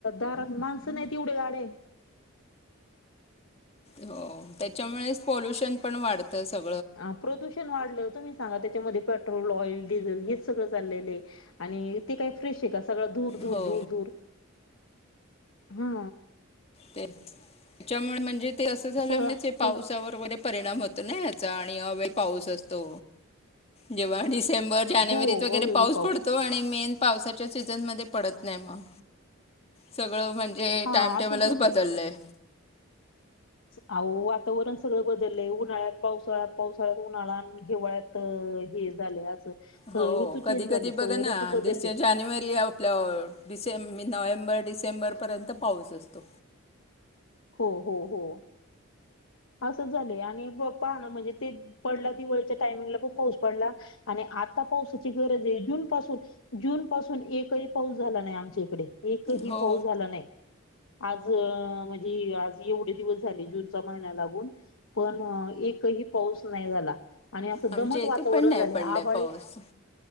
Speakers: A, on the left; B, on the left.
A: दार माणसं नाही तेवढे गडे
B: हो त्याच्यामुळेच पॉल्युशन पण वाढतं सगळ
A: हा प्रदूषण वाढलंत् सांगा त्याच्यामध्ये पेट्रोल ऑल डिझेल हेच सगळं चालले आहे आणि ते काही फ्रे श सगळं दूर दूर
B: हो
A: दूर दूर हा.
B: ते त्याच्यामुळे म्हणजे ते असं झाल्यामुळे
A: सगळा
B: ते पावसावर
A: स
B: वगैरे परणाम होत याचा आणि अ पाऊस असतो जे्हा डिसेंबर जानेवारीत
A: हो
B: वगैरे
A: अवेळी
B: पाऊस पडतो आणि मेन पावसाच्या सीझनमध्ये पडत नाही मग सगळं म्हणजे
A: हा
B: टाइमटेबलच
A: असंच
B: बदलले
A: अह वातावरण सगळं बदललंय उन्हाळ्यात पावसाळ पावसाळ्यात उन्हाळ्या हिवाळ्यात हे झाले असं सगळे
B: हो
A: ऋतू
B: कधी
A: चेंज झाले
B: कधी
A: सगळे
B: बघ ना
A: ऋतू बदललेत
B: जानेवारी आपल्या डिसे म नोव्हेंबर डिसेंबर पर्यंत पाऊस असतो
A: हो हो हो असं झालं आणि पाह ना म्हणजे ते पडला दिवळीच्या टायमिंगला पण पोहच पडला आणि आता पावसाची गरज आहे जून पासून जून पासून एकही पाऊस झाला नाही आमच्या इकडे एकही
B: हो
A: पाऊस झाला नाही आज म्हणजे आज एवढे दिवस झाले जूनच्या महिना्या लागून पण एकही पाऊस नाही झाला आणि असं
B: आमच्या
A: दमट
B: इथे
A: वातावरण
B: पण नाही
A: झाले
B: पडलाय
A: आभळी
B: पाऊस